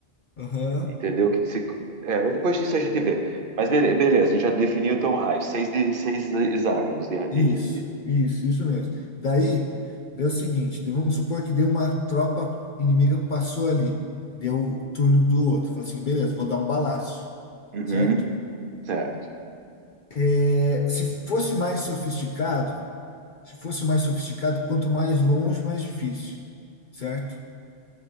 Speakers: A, on the left; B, on the right.
A: aham.
B: entendeu? Que se- é, depois disso a gente vê. Mas bele- beleza, a gente já definiu então o raio, seis, de, seis hexágonos de, de-
A: Isso,
B: de-
A: isso, isso mesmo. Daí, deu o seguinte, vamos supor que deu uma tropa inimiga passou ali, deu o turno do outro, falou assim, beleza, vou dar um balaço,
B: Uhum,
A: certo?
B: certo.
A: É, se fosse mais sofisticado, se fosse mais sofisticado, quanto mais longe, mais difícil, certo?